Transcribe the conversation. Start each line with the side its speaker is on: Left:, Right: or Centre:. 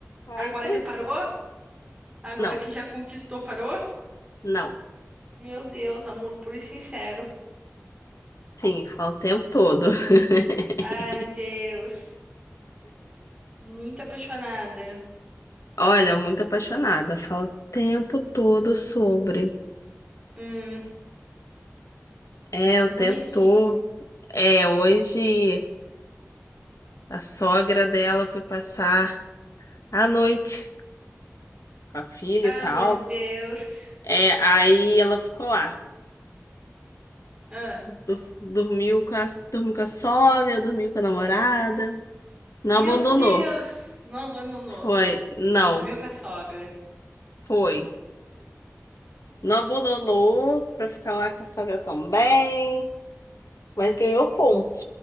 Left: Aí
Right: Agora
Left: foi
Right: já parou?
Left: isso.
Right: Agora
Left: Não,
Right: que já conquistou, parou?
Left: não.
Right: Meu Deus, amor puro e sincero.
Left: Sim, fala o tempo todo. <laughs>
Right: Ai, meu Deus. Muito apaixonada.
Left: Olha, muito apaixonada. Falo o tempo todo sobre.
Right: Hum,
Left: É,
Right: que
Left: o
Right: bonitinho.
Left: tempo todo. É, hoje a sogra dela foi passar a noite com a filha
Right: Ai,
Left: e tal.
Right: meu Deus.
Left: É, aí ela ficou lá.
Right: Ah,
Left: Du- Dormiu com a, dormiu com a sogra, dormiu com a namorada. Não
Right: meu
Left: abandonou.
Right: Deus. Não abandonou.
Left: Foi. Não,
Right: Viveu com a sogra.
Left: foi. Não abandonou pra ficar lá com a sogra também. Mas ganhou ponto.